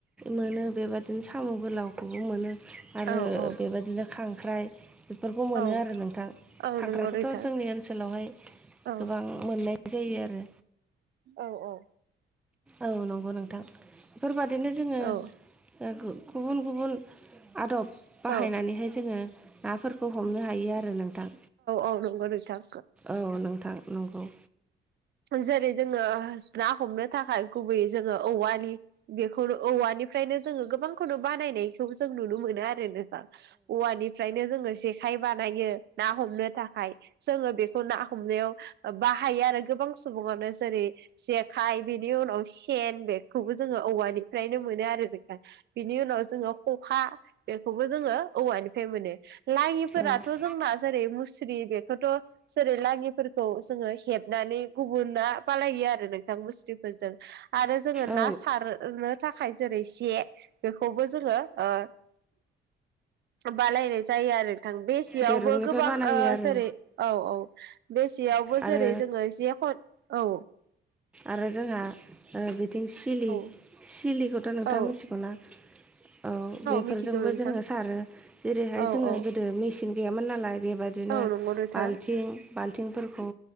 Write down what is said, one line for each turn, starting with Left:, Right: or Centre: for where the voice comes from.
Centre: मोनो बेबायदिनो साम' गोलावखौबो मोनो आरो
Right: औ औ
Centre: बेबायदिनो खांख्राइ बेफोरखौ मोनो
Right: औ
Centre: आरो नोंथां।
Right: औ
Centre: खांख्रायखौथ'
Right: नंगौ नोंथां
Centre: जोंनि ओनसोलावहाय
Right: औ
Centre: गोबां मोननाय जायो आरो
Right: औ औ।
Centre: औ नंगौ नोंथां। बेफोरबादिनो जोङो
Right: औ
Centre: गुबुन गुबुन आदब
Right: औ
Centre: बाहायनानैहाय जोङो नाफोरखौ <unintelligible> हमनो हायो आरो नोंथां
Right: औ नंगौ नोंथां
Centre: औ नोंथां नंगौ।
Right: जेरै जोङो ना हमनो थाखाय गुबैयै जोङो औवनि बे <unintelligible> औवानिफ्रायनो जोङो गोबांखौनो बानायनायखौ जों नुनो मोनो आरो <unintelligible> औवानिफ्रायनो जोङो जेखाय बानायो ना हमनो थाखाय जोङो बेखौ ना हमनायाव बाहायो आरो गोबां सुबुङानो जेरै जेखाइ बेनि उनाव सेन बे <unintelligible> जोङो औवानिफ्रायनो मोनो आरो नोंथां। बेनि उनाव जोङो खखा बेखौबो जोङो औवानिफ्राय मोनो लाङिफोराथ'
Centre: जोङो औवानिफ्राय मोनो लानाथ'
Right: जोंना जारै मुस्रि बेखौथ' जेरै लाङिफोरखौ जोङो हेबनानै गुबुना बालायो आरो नोंथां मुस्रिफोरजों। आरो जोङो
Centre: औ
Right: ना सार ओनो थाखाय जेरै से बेखौबो जोङो ओ बालायनाय जायो आरो नोंथां। बे जेयावबो
Centre: दिरुंनिफ्राय
Right: गोबां
Centre: बानायो
Right: ओ
Centre: आरो
Right: जेरै औ औ बे जेयावबो
Centre: आरो
Right: जेरै जोङो जे खन औ
Centre: आरो जोंहा ओ बिथिं सिलि
Right: औ
Centre: सिलिखौथ' नोंथाङा
Right: औ
Centre: मिथिगौ ना। औ बेफोरजोंबो
Right: मिथिगौ नोंथां
Centre: जोङो सारो। जेरैहाय
Right: औ
Centre: जोङो
Right: औ
Centre: गोदो मेचिन गैयामोन नालाय बेबायदिनो
Right: औ नंगौ नोंथां
Centre: बाल्थिं बाल्थिंफोरखौ